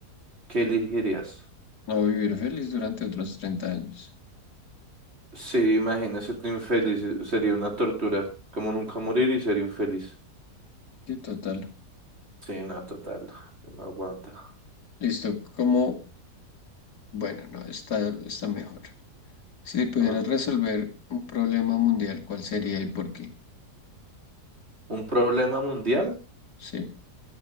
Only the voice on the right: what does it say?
¿Qué elegirías?
Sí, imagínese ser infeliz, eh, sería una tortura, como nunca morir y ser infeliz.
Sí, no, total, no aguanta.
A ver,
¿Un problema mundial?